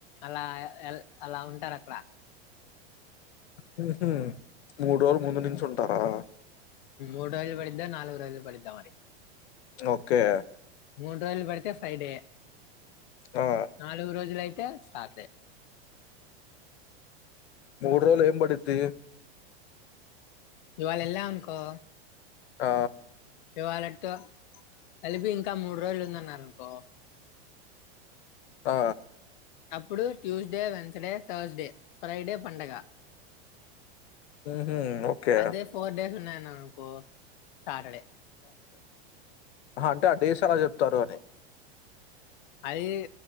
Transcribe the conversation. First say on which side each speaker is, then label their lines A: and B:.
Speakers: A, on the left; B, on the left.
A: అలా అలా ఉంటారు అక్కడ
B: హు మూడు రోజులు ముందు నుంచిు ఉంటారా
A: ూడు రోజులు పడిద్దా నాలుగు రోజులు పడిద్దా మరి
B: ఓకే
A: మూడు రోజులు పడితే ఫ్రైడే
B: ఆ
A: నాలుగు రోజులు అయితే చ
B: మూడు రోజులు ఏం పడితి
A: ఇయువాళ ఎల్లా అకో
B: ఆ
A: ఇవాళటితో కలిపి ఇంకా మూడు రోజులు ఉందన్నారు అనుకో
B: ఆ
A: అప్పుడు ట్యూస్డే వెన్సడే థర్స్డే ఫ్రైడే పండగ
B: ఉహు ఓకే
A: అదే ఫోర్ డేస్ ఉన్నాయిన్నకు సాటర్డే
B: అంటే ఆ డేస్ అలా చెప్తారు అని
A: అది